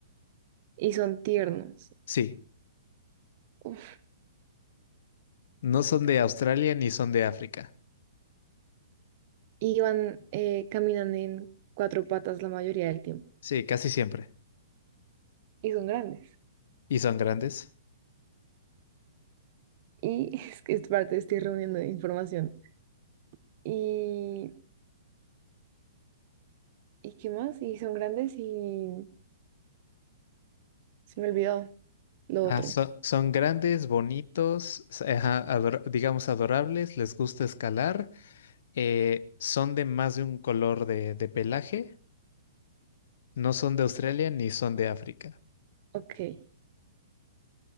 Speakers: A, on the right (about 40°); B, on the left (about 50°).
A: Y son tiernos.
B: sí.
A: Uf.
B: No son de Australia ni son de África.
A: Y van, eh, caminan en cuatro patas la mayoría del tiempo.
B: Sí, casi siempre.
A: Y son grandes.
B: ¿Y son grandes?
A: Y <laughs> es que es parte, estoy reuniendo información. Y ¿Y qué más? Y son grandes y se me olvidó lo
B: Ah,
A: otro.
B: so- son grandes, bonitos, s- ajá, ador- digamos adorables, les gusta escalar, eh, son de más de un color de, de pelaje, no son de Australia ni son de África.
A: Ok.